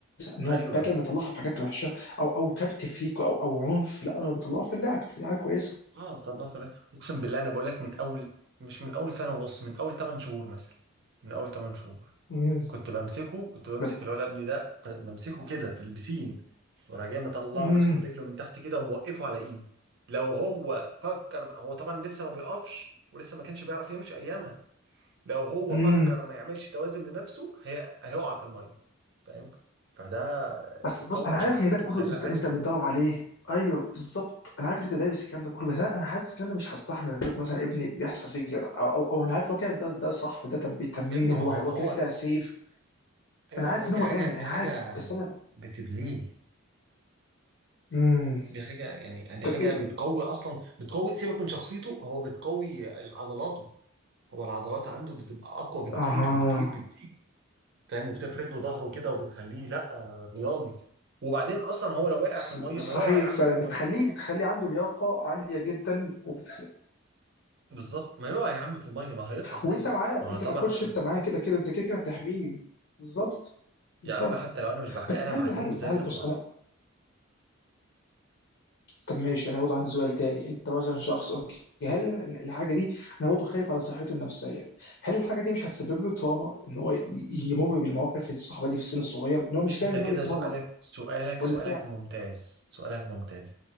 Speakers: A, on the left; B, on the right.
A: ان
B: ايوه
A: هو بدل ما يطلعها في حاجات وحشه او او كبت فيك او او عنف لا هو بيطلعها في اللعب في حاجه كويسه
B: اه طلعوا في اللعب. اقسم بالله انا بقول لك من اول مش من اول سنه ونص من اول 8 شهور مثلا من اول 8 شهور
A: امم
B: كنت بمسكه كنت بمسك
A: بد...
B: الولد ابني ده بمسكه كده في البسين وراح جاي مطلعه
A: امم
B: ماسكه من رجله من تحت كده وموقفه على ايدي لو هو فكر هو طبعا لسه ما بيقفش ولسه ما كانش بيعرف يمشي ايامها لو هو
A: امم
B: فكر ما يعملش توازن لنفسه هي... هيقع في الميه فاهم فده
A: بس بص
B: قوى
A: انا عارف
B: شخصيته
A: ان ده كله
B: وخلاه
A: انت
B: عنده
A: انت بتدور عليه ايوه بالظبط انا عارف ان انت دايس الكلام ده كله بس انا أنا حاسس ان انا مش هستحمل اشوف مثلا ابني بيحصل فيه كده او او, أو انا عارف لو كده ده, ده صح وده تم- تمرينه
B: يا ابني ما
A: هو
B: هو
A: هو
B: هو
A: كده كده سيف
B: ايوه
A: انا عارف
B: هو
A: ان
B: دي
A: هو
B: حاجه
A: امن
B: دي
A: انا
B: حاجه
A: عارف بس انا
B: بتبنيه
A: امم
B: دي حاجه يعني دي
A: طب
B: حاجه
A: ايه
B: بتقوي اصلا بتقوي سيبك من شخصيته هو بتقوي عضلاته هو العضلات عنده بتبقى اقوى بكتير
A: اها
B: بكتير بكتير فاهم وبتفرد له ظهره كده وبتخليه لا رياضي وبعدين اصلا هو لو وقع
A: ص-
B: في الميه
A: صحيح
B: ما يقع يا عم
A: فعلا
B: في الميه
A: بتخليه بتخليه عنده لياقه عاليه جدا وبتخ...
B: بالظبط ما يقع يا عم في الميه ما هيطلع
A: وانت
B: تاني
A: معاه
B: ما
A: انت
B: أنا طبعا
A: ككوتش
B: انا
A: انت معاه كده كده انت كده كده هتحميه بالظبط بالظبط
B: يا عم حتى لو انا مش بحميه
A: بس
B: انا
A: هل
B: معلمه
A: هل
B: ازاي
A: هل
B: يطلع
A: بص انا طب ماشي انا برضه عندي سؤال تاني انت مثلا شخص اوكي هل الحاجه دي انا برضه خايف على صحته النفسيه هل الحاجه دي مش هتسبب له تروما ان هو ي- يمر بالمواقف الصعبه دي في السن الصغير ان هو مش
B: انت
A: فاهم ان
B: كده
A: هو بيتمرن
B: سؤالك سؤالك
A: ولا
B: سؤالك
A: بتاع
B: ممتاز سؤالك ممتاز